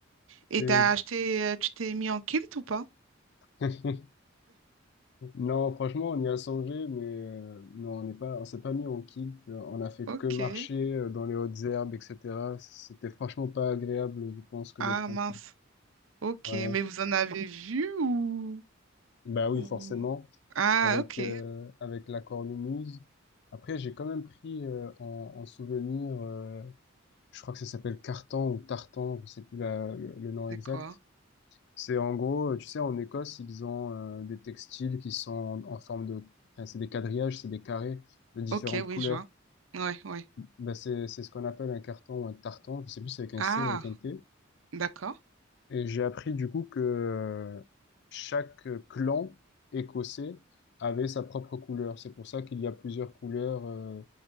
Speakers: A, on the right; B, on the left.
A: Et
B: C'est
A: t'as
B: une-
A: acheté, euh, tu t'es mis en kilt ou pas?
B: <laughs> Non, franchement, on y a songé, mais euh, non, on n'est pas, on s'est pas mis en kilt. Euh, On a fait
A: Ok.
B: que marcher euh, dans les hautes herbes, etc. C'était franchement pas agréable, je pense, que
A: Ah,
B: d'être en
A: mince.
B: kilt.
A: Ok,
B: Ouais.
A: mais vous en avez vu ou...
B: Bah oui,
A: ou-
B: forcément,
A: Ah,
B: avec
A: ok.
B: euh, avec la cornemuse. Après, j'ai quand même pris euh, en, en souvenir, euh, je crois que ça s'appelle carton ou tartan, je sais plus la- le, le nom exact.
A: C'est quoi?
B: C'est en gros, euh, tu sais, en Écosse, ils ont euh, des textiles qui sont en, en forme de... Enfin, c'est des quadrillages, c'est des carrés de différentes
A: Ok, oui,
B: couleurs.
A: je vois. Ouais, ouais.
B: Bah, c'est, c'est ce qu'on appelle un carton ou un tartan, je sais plus si c'est avec un
A: Ah,
B: C ou avec un T.
A: d'accord.
B: Et j'ai appris du coup que euh, chaque clan écossais avait sa propre couleur. C'est pour ça qu'il y a plusieurs couleurs euh,